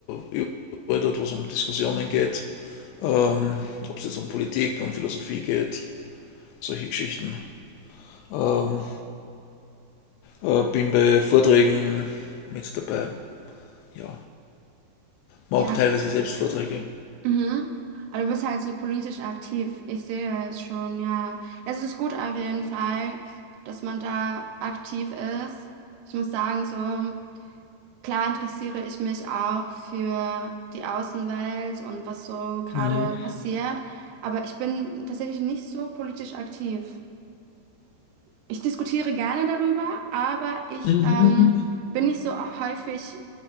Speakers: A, on the left; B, on the right.
A: überall dort, wo es um Diskussionen geht. Ähm, Ob es jetzt um Politik, um Philosophie geht, solche Geschichten. Ähm, Äh, bin bei Vorträgen mit dabei. Ja, mache
B: Ja,
A: auch teilweise selbst Vorträge.
B: mhm. Aber du bist halt so politisch aktiv. Ich sehe es schon, ja. Es ist gut auf jeden Fall, dass man da aktiv ist. Ich muss sagen, so klar interessiere ich mich auch für die Außenwelt und was so gerade
A: Mhm.
B: passiert. Aber ich bin tatsächlich nicht so politisch aktiv. Ich diskutiere gerne darüber, aber ich
A: Mhm.
B: ähm, bin nicht so häufig